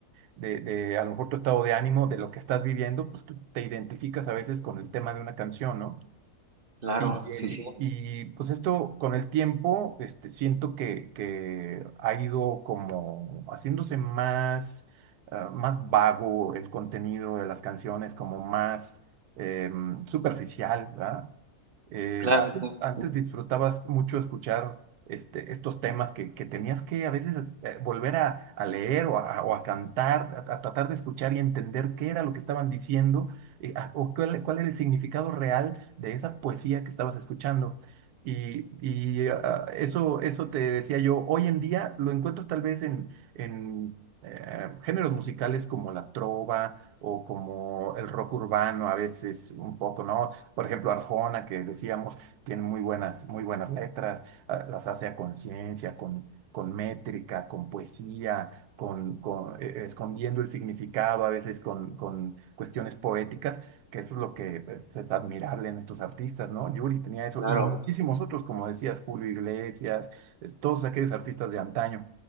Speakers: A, on the right; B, on the right.
A: de, de a lo mejor tu estado de ánimo, de lo que estás viviendo, pues tú te identificas a veces con el tema de una canción, ¿no?
B: claro,
A: Y,
B: sí,
A: em,
B: sí,
A: y pues esto con el tiempo, este, siento que, que ha ido como haciéndose más, ah, más vago el contenido de las canciones, como más em, superficial, ¿verdad? Eh,
B: claro
A: antes,
B: que sí,
A: antes
B: sí,
A: disfrutabas mucho escuchar este, estos temas que, que tenías que a veces eh, volver a, a leer o a, o a cantar, a, a tratar de escuchar y entender qué era lo que estaban diciendo eh, a- o cuál, cuál era el significado real de esa poesía que estabas escuchando. Y, y ah, eso, eso te decía yo, hoy en día lo encuentras tal vez en, en eh, géneros musicales como la trova o como el rock urbano a veces un poco, ¿no? Por ejemplo, Arjona, que decíamos, tiene muy buenas, muy buenas letras, ah, las hace a conciencia, con, con métrica, con poesía, con, con, eh, escondiendo el significado, a veces con, con cuestiones poéticas, que eso es lo que pues, es admirable en estos artistas, ¿no? Yuri tenía eso
B: claro.
A: y muchísimos otros, como decías, Julio Iglesias, es- todos aquellos artistas de antaño.